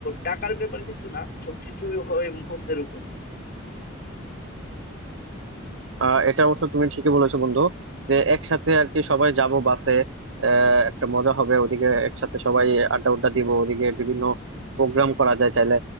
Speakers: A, on the left (about 50°); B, on the right (about 75°).
A: টাকার ব্যাপার কিন্তু না সবকিছুই হয় মুহূর্তের উপর
B: আহ এটা অবশ্য তুমি ঠিকই বলেছো বন্ধু যে একসাথে আর কি সবাই যাব বাসে আহ একটা মজা হবে ওদিকে একসাথে সবাই আড্ডা উড্ডা দিব ওদিকে বিভিন্ন প্রোগ্রাম করা যায় চাইলে